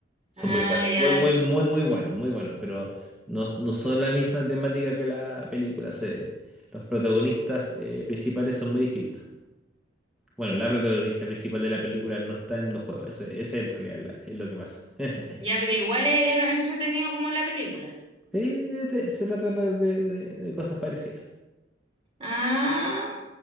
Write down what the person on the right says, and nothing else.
Ah,
ya
dale.
Ya, pero igual es es entretenido como la película.
Ah,